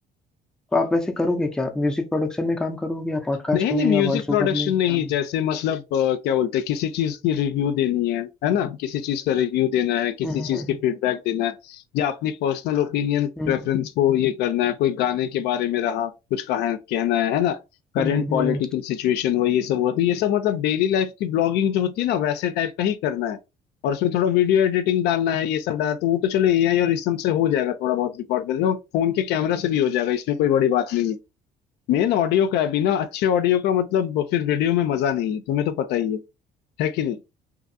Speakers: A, in the centre; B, on the left.
A: तो आप वैसे करोगे क्या म्यूजिक प्रोडक्शन में काम करोगे या पॉडकास्ट
B: नहीं नहीं
A: में
B: म्यूजिक
A: या वॉइस
B: प्रोडक्शन
A: ओवर में क्या
B: नहीं जैसे मतलब अ, क्या बोलते हैं किसी चीज की रिव्यू देनी है है ना किसी चीज का रिव्यू देना है
A: <laughs>
B: किसी चीज की फीडबैक देना है या अपनी पर्सनल ओपिनियन
A: हम्म
B: प्रेफरेंस
A: हम्म हम्म
B: को ये करना है कोई गाने के बारे में रहा कुछ कहा कहना है है ना करंट
A: हम्म हम्म,
B: पॉलिटिकल
A: हम्म,
B: सिचुएशन हो ये सब हुआ तो ये सब मतलब डेली लाइफ की ब्लॉगिंग जो होती है ना वैसे टाइप का ही करना है और उसमें थोड़ा वीडियो एडिटिंग डालना है ये सब डालना है तो वो तो चलो एआई और इस सब से हो जाएगा थोड़ा बहुत रिकॉर्ड करके और फोन के कैमरा से भी हो जाएगा इसमें कोई बड़ी बात नहीं है मेन ऑडियो का है बिना अच्छे ऑडियो का मतलब फिर वीडियो में मजा नहीं है तुम्हें तो पता ही है है कि नहीं